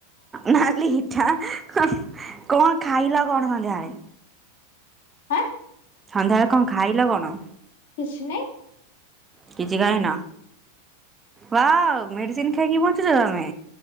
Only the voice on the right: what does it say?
ନାଲି ଇଟା କଣ ଖାଇଲ କଣ ସନ୍ଧ୍ୟା ବେଳେ?
ସନ୍ଧ୍ୟାଏଳେ କଣ ଖାଇଲ କଣ?
କିଛି ଖାଇନ ୱାଓ ମେଡିସିନ ଖାଇକି ବଞ୍ଚୁଛ ତମେ।